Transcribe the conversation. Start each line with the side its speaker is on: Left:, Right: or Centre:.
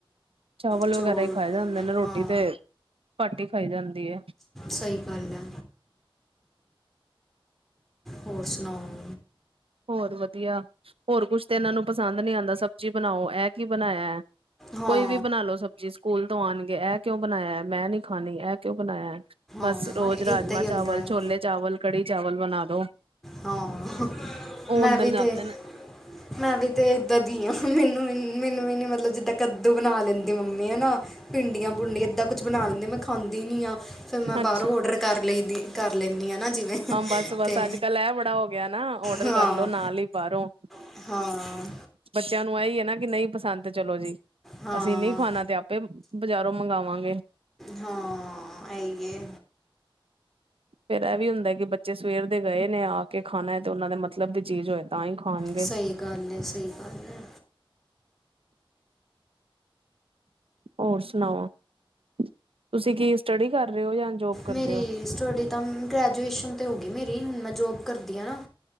Right: ਚਾਵਲ
Centre: ਚੌਲ
Right: ਵਗੈਰਾ ਹੀ ਖਏ ਜਾਂਦੇ ਨੇ ਰੋਟੀ
Centre: ਹਾਂ
Right: ਤੇ ਘਟ ਹੀ ਖਾਈ ਜਾਂਦੀ ਹੈ।
Centre: ਸਹੀ ਗੱਲ ਹੈ। ਹੋਰ ਸੁਣਾਓ।
Right: ਹੋਰ ਵਧੀਆ ਹੋਰ ਕੁਛ ਤਾਂ ਇਹਨਾਂ ਨੂੰ ਪਸੰਦ ਨਹੀਂ ਆਉਂਦਾ ਸਬਜ਼ੀ ਬਣਾਓ ਇਹ ਕੀ ਬਣਾਇਆ।
Centre: ਹਾਂ
Right: ਕੋਈ ਵੀ ਬਣਾ ਲੋ ਸਬਜ਼ੀ ਸਕੂਲ ਤੋਂ ਆਉਣਗੇ ਇਹ ਕਿਉਂ ਬਣਾਇਆ ਮੈਂ ਨਹੀਂ ਖਾਣੀ ਇਹ ਕਿਉਂ ਬਣਾਇਆ। ਬਸ
Centre: ਹਾਂ
Right: ਰੋਜ਼
Centre: ਇੱਦਾਂ
Right: ਰਾਜਮਾਂ
Centre: ਹੀ
Right: ਚਾਵਲ,
Centre: ਹੁੰਦਾ ਹੈ
Right: ਛੋਲੇ ਚਾਵਲ, ਕੜੀ ਚਾਵਲ ਬਣਾ ਦੋ।
Centre: ਹਾਂ
Right: ਉਹ
Centre: ਮੈਂ
Right: ਅੰਦਰ
Centre: ਵੀ
Right: ਜਾਂਦੇ
Centre: ਤੇ
Right: ਨੇ।
Centre: -ਮੈਂ ਵੀ ਤੇ ਇਦਾ ਦੀ ਆ। ਮੈਨੂੰ ਵੀ ਮੈਨੂੰ ਵੀ ਨੀ ਮਤਲਬ ਜਿੱਦਾਂ ਕੱਦੂ ਬਣਾ ਲੈਂਦੀ ਮੰਮੀ ਹੈ ਨਾ। ਭਿੰਡੀਆਂ, ਭੁੰਡੀਆਂ ਇੱਦਾਂ ਕੁਛ ਬਣਾ ਦਿੰਦੇ ਮੈਂ ਖਾਂਦੀ ਨਹੀਂ ਹਾਂ ਫਿਰ ਮੈਂ ਬਾਹਰੋਂ
Right: ਅੱਛਾ
Centre: ਔਡਰ ਕਰ ਲਈਦੀ। ਕਰ ਲੈਣੀ ਆ ਨਾ ਜਿਵੇਂ
Right: ਬਸ-ਬਸ
Centre: ਤੇ
Right: ਅੱਜ-ਕੱਲ ਇਹ ਬੜਾ ਹੋ ਗਿਆ ਨਾ ਔਡਰ
Centre: ਹਾਂ
Right: ਕਰਲੋ ਨਾਲ ਹੀ ਬਾਹਰੋਂ
Centre: ਹਾਂ।
Right: ਬੱਚਿਆਂ ਨੂੰ ਇਹੀ ਹੈ ਨਾ ਕਿ ਨਹੀਂ ਪਸੰਦ ਤੇ ਚਲੋ ਜੀ
Centre: ਹਾਂ
Right: ਅਸੀਂ ਨਹੀਂ ਖਾਣਾ ਤੇ ਆਪੇ ਬਜ਼ਾਰੋਂ ਮੰਗਵਾਗੇ।
Centre: ਹਾਂ, ਅਹੀ ਯੇ।
Right: ਫੇਰ ਇਹ ਵੀ ਹੁੰਦਾ ਕਿ ਬੱਚੇ ਸਵੇਰ ਦੇ ਗਏ ਨੇ ਆ ਕੇ ਖਾਣਾ ਹੈ ਤੇ ਉਹਨਾਂ ਦੇ ਮਤਲਬ ਦੀ ਚੀਜ਼ ਹੋਏ ਤਾਂ ਹੀ ਖਾਣਗੇ।
Centre: ਸਹੀ ਗੱਲ ਹੈ, ਸਹੀ ਗੱਲ ਹੈ।
Right: ਹੋਰ ਸੁਣਾਓ ਤੁਸੀਂ ਕੀ ਸਟੱਡੀ ਕਰ ਰਹੇ ਹੋ ਜਾਂ ਜੋਬ ਕਰਦੇ
Centre: ਮੇਰੀ
Right: ਹੋ?
Centre: ਸਟੱਡੀ ਤਾਂ ਗ੍ਰੈਜੂਏਸ਼ਨ ਤੇ ਹੋ ਗਈ ਮੇਰੀ। ਹੁਣ ਮੈਂ ਜੋਬ ਕਰਦੀ ਹਾਂ ਨਾ।